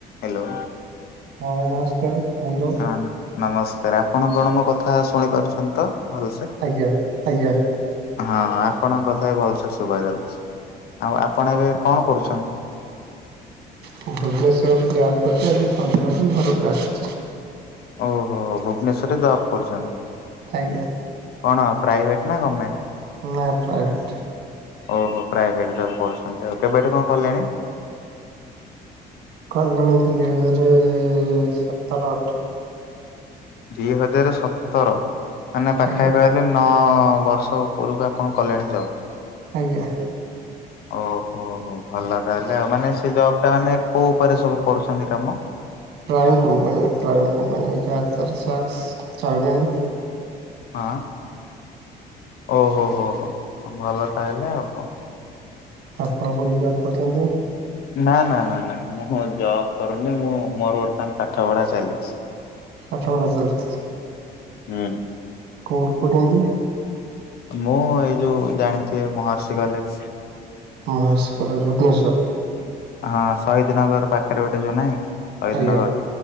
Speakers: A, on the left; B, on the right.
A: ହାଲୋ।
B: ସାଙ୍ଗ ନମସ୍କାର, ବନ୍ଧୁ।
A: ହଁ ନମସ୍କାର। ଆପଣ କଣ ମୋ କଥା ଶୁଣି ପାରୁଛନ୍ତି ତ ଭଲସେ?
B: ଆଜ୍ଞା, ଆଜ୍ଞା।
A: ହଁ ଆପଣଙ୍କ କଥା ବି ଭଲସେ ଶୁଭା ଯାଉଛି। ଆଉ ଆପଣ ଏବେ କଣ କରୁଛନ୍ତି?
B: ଭୁବନେଶ୍ୱରରେ ଜବ କରୁଛି। ଆଜି ସନ୍ତବାସ ଘରକୁ ଆସିଛି।
A: ଓହୋ। ଭୁବନେଶ୍ଵରରେ ଜବ୍ କରୁଛନ୍ତି।
B: ଆଜ୍ଞା।
A: କଣ ପ୍ରାଇଭେଟ ନା ଗୋର୍ମେଟ?
B: ନା ପ୍ରଇଭେଟ୍।
A: ଓହୋ। ପ୍ରଇଭେଟ୍ ଜବ୍ କରୁଛନ୍ତି। ଆଉ, କେବେଠୁ କଣ କଲେଣି?
B: କଲିଣି ଦି ହଜାରେ ସତର ଅଠର।
A: ଦି ହଜାରେ ସତର, ମାନେ ପାଖା
B: ଆଜ୍ଞା
A: ପା ହେଲେ ନଅ ବର୍ଷ ଉପରକୁ ଆପଣ କଲେଣି ଯବ୍?
B: ଆଜ୍ଞା।
A: ଓହୋ ହୋ ଭଲ ତାହେଲେ। ଆ ମାନେ ସେ ଜବ୍ ଟା ମାନେ କୋଉ ଉପରେ ସବୁ କରୁଛନ୍ତି କାମ?
B: ପ୍ରାଇମ୍ କମ୍ପନି ପ୍ରାଇମ୍ କମ୍ପନି ଜଦତର ସକ୍ସ ଚାଉବିିନ୍
A: ହଁ। ଓହୋ, ହୋ- ହୋ ଭଲ ତାହଲେ ଆଉ କଣ।
B: ଆପଣ କୋଉଠି ଜବ୍ କରୁଛନ୍ତି?
A: ନା ନା ନା ନା। ମୁଁ ଜବ୍ କରୁନି। ମୁଁ ମୋର ବର୍ତ୍ତମାନ ପାଠ ପଢ଼ା ଚାଲିଛି।
B: ପାଠ ପଢା ଚାଲିଛି।
A: ହୁଁ
B: କୋଉଠି କହୁଛନ୍ତି?
A: ମୁଁ ଏଇ ଯୋଉ ଜାଣିଥିବେ ମହର୍ଷି କଲେଜ୍।
B: ମର୍ସ କଲେଜ୍ ଭୁବନେଶ୍ୱର।
A: ହଁ ଶହୀଦି ନଗର୍ ପାଖରେ ଗୋଟେ ଯୋଉ ନାହିଁ? ଶହୀଦିନ
B: ଆଜ୍ଞା